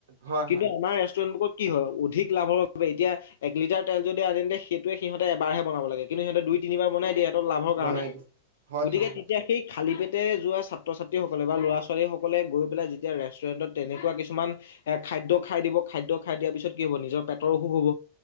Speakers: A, on the right (about 65°); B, on the left (about 60°).
A: হয়
B: কিন্তু
A: হয়
B: আমাৰ ৰেষ্টুৰেণ্টৰ বোকত কি হয় অধিক লাভৰ বাবে এতিয়া এক লিটাৰ তেল যদি আদনে সেইটোয়ে সিহতে এবাৰহে বনাব লাগে কিন্তু সিহঁতে দুই তিনিবাৰ বনাই দিয়েত সিহঁতৰ লাভৰ
A: বনাই
B: কাৰণে
A: দিম হয়
B: গতিকে
A: হয় হয়
B: তেতিয়া সেই খালী পেট যোৱা ছাত্ৰ ছাত্ৰীসকলে ল'ৰা ছোৱালীসকলে গৈ পেলাই যেতিয়া ৰেষ্টুৰেণ্ট তেনেকুৱা কিছুমান খাই খাদ্য খাই দিব খাদ্য খাই দিয়াৰ পিছত কি হ'ব নিজৰ পেটৰ অসুখ হ'ব।